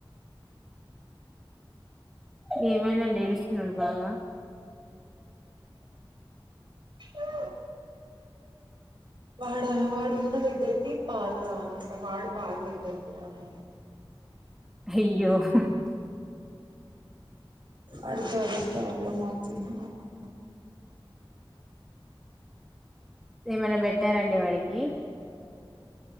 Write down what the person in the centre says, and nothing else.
ఏమైంద అండీ ఏడుస్తు ఉన్నాడు బాగా
హయ్యో హుమ్
ఏమై అయినా పెట్టారఅండి వాడికి